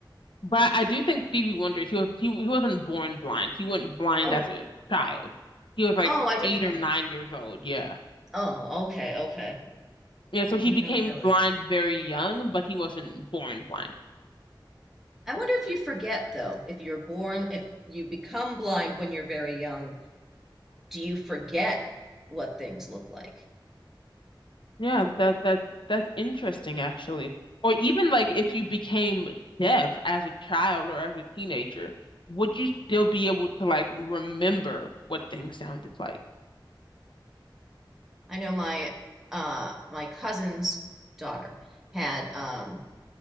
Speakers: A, on the left (about 75°); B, in the centre.
A: But I do think Stevie Wonder, he was he, he wasn't born blind. He wasn't blind
B: Oh,
A: as a child. He was like
B: oh, I didn't
A: eight
B: know
A: or nine
B: that.
A: years old. Yeah.
B: Oh, okay, okay.
A: Yeah, so
B: I did
A: he became
B: not know that.
A: blind very young, but he wasn't born blind.
B: I wonder if you forget though, if you're born, if you become blind when you're very young, do you forget what things look like?
A: Yeah, that that that's interesting actually. Or even like if you became deaf as a child or as a teenager, would you still be able to like remember what things sounded like?
B: I know my uh, my cousin's daughter had um,